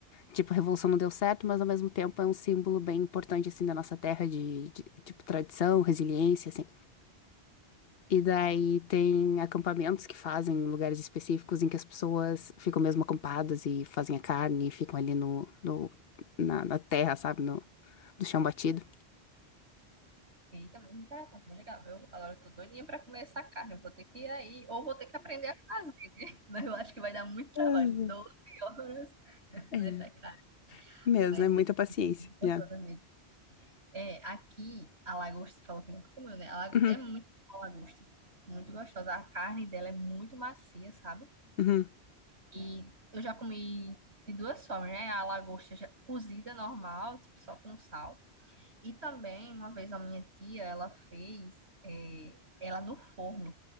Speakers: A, on the left; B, on the right.
A: Tipo, a revolução não deu certo, mas ao mesmo tempo é um símbolo bem importante, assim, da nossa terra, de, de tipo, tradição, resiliência, assim. E daí tem acampamentos que fazem em lugares específicos em que as pessoas ficam mesmo acampadas e fazem a carne e ficam ali no, no- na, na terra, sabe? No, no chão batido.
B: E aí também me interessa, muito legal. Eu, agora eu tô doidinha pra comer essa carne. Eu vou ter que ir aí, ou vou ter que aprender a fazer, né? <laughs> Mas eu acho que vai dar muito trabalho.
A: Mesmo.
B: doze horas <laughs> nessa
A: É,
B: carne.
A: mesmo,
B: Mas
A: é muita
B: é
A: paciência.
B: muito gostosa
A: Yeah.
B: mesmo. É, aqui, a lagosta, você falou que nunca comeu, né? A lago-
A: Uhum,
B: é muito boa a lagosta. Muito gostosa. A carne dela é muito macia, sabe?
A: uhum,
B: E eu já comi de duas formas, né? A lagosta já- cozida normal, tipo só com sal. E também, uma vez a minha tia, ela fez é, ela no forno.